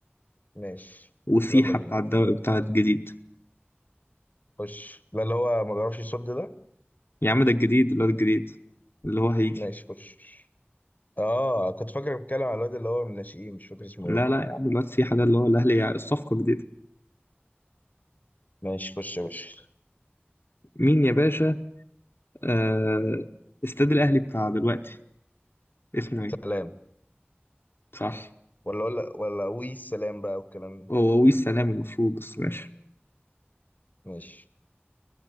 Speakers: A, on the left (about 40°); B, on the left (about 65°).
A: ماشي
B: وسيحه
A: يلا بينا
B: بتاع الدوري بتاع الجديد
A: خش لا اللي هو ما بيعرفش يصد ده
B: يا عم ده الجديد الواد الجديد اللي هو هيجي
A: ماشي خش اه كنت فاكر بتكلم على الواد اللي هو من الناشئين مش فاكر اسمه
B: لا
A: ايه
B: لا يا عم الواد سيحه ده اللي هو الاهلي الصفقه الجديده
A: ماشي خش يا باشا
B: مين يا باشا آه استاد الأهلي بتاع دلوقتي اسمه إيه؟
A: سلام
B: صح
A: ولا ولا ولا وي السلام بقى والكلام ده
B: هو ويس سلام المفروض بس ماشي
A: ماشي